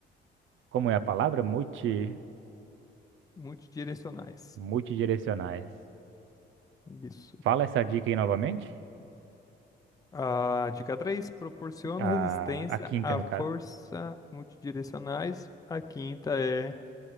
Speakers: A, on the right; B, on the left.
A: como é a palavra? Multi,
B: Multidirecionais.
A: multidirecionais.
B: Isso.
A: Fala essa dica aí novamente.
B: A dica 3 Proporciona
A: A,
B: resistência
A: a quinta,
B: à
A: no
B: força
A: caso.
B: multidirecionais. A quinta é.